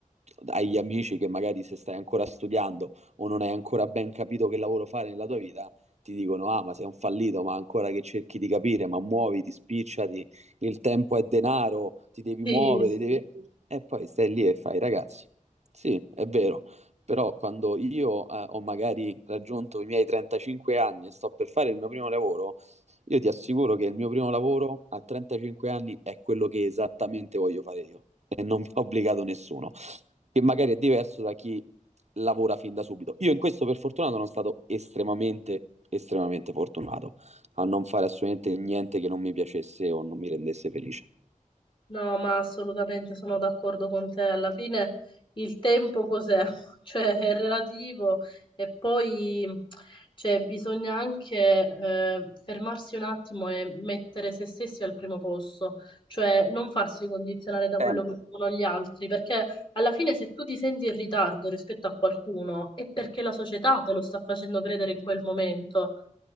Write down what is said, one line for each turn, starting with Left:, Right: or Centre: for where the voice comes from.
Right: hai gli amici che magari se stai ancora studiando o non hai ancora ben capito che lavoro fare nella tua vita, ti dicono, ah, ma sei un fallito, ma ancora che cerchi di capire, ma muoviti, spicciati, il tempo è denaro, ti devi
Left: sì,
Right: muovere,
Left: sì.
Right: devi... E poi stai lì e fai, ragazzi, sì, è vero, però quando io eh, ho magari raggiunto i miei 35 anni e sto per fare il mio primo lavoro, io ti assicuro che il mio primo lavoro a 35 anni è quello che esattamente voglio fare io e non mi ha obbligato nessuno, che magari è diverso da chi lavora fin da subito. Io in questo per fortuna sono stato estremamente, estremamente fortunato a non fare assolutamente niente che non mi piacesse o non mi rendesse felice.
Left: No, ma assolutamente sono d'accordo con te. Alla fine il tempo cos'è? <laughs> Cioè è relativo e poi cioè, bisogna anche eh, fermarsi un attimo e mettere se stessi al primo posto, cioè non farsi condizionare da quello
Right: Sempre.
Left: che dicono gli altri, perché alla fine se tu ti senti in ritardo rispetto a qualcuno è perché la società te lo sta facendo credere in quel momento.